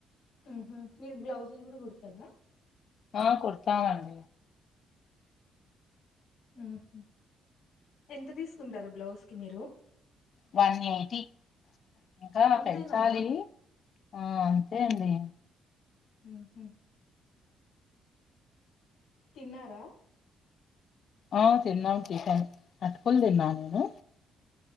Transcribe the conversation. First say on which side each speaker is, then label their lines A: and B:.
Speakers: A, on the left (about 85°); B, on the left (about 60°).
A: ఉమ్ హు మీరు బ్లౌజులు కూడా కుడతారా
B: ఆ కూడితం అండి
A: ఉమ్ హు ఎంత తీసుకుంటారు బ్లౌజ్ కి మీరు
B: వన్ ఎయిటీ ఇంకా
A: అంతేనా
B: పెంచాలి ఆ అంతే అండి.
A: హు హు తిన్నారా?
B: ఆ తిన్నాము టిఫిన్ అటుకులు తిన్నా నేను